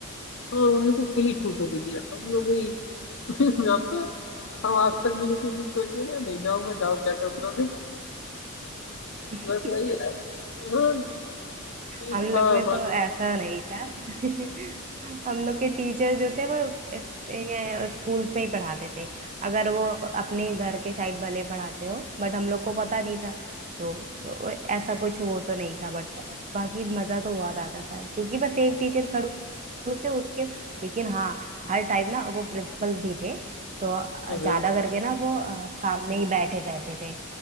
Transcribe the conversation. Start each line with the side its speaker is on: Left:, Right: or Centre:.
Left: हाँ उन लोग को खुली छूट होती थी हम लोग भी <laughs> जानते हैं, हम आज तक निगेटिव भी कोचिंग ना नहीं जाऊंगा जाओ क्या कर लोगे
Right: <laughs>
Left: बस वही है। हाँ ठीक
Right: हम लोग
Left: था
Right: में
Left: बाकी
Right: तो ऐसा नहीं था <laughs> हम लोग के टीचर जो थे वो इस, ये स्कूल्स में ही पढ़ाते थे अगर वो अपने घर के साइड भले पढ़ाते हो बट हम लोग को पता नहीं था तो वो- ऐसा कुछ वो तो नहीं था बट बाकी मजा तो बहुत आता था क्योंकि बस एक टीचर खड़ूस थे उसके लेकिन हाँ हर टाइम ना वो प्रिंसिपल भी थे तो
Left: अरे,
Right: ज्यादा करके ना वो अ, सामने ही बैठे रहते थे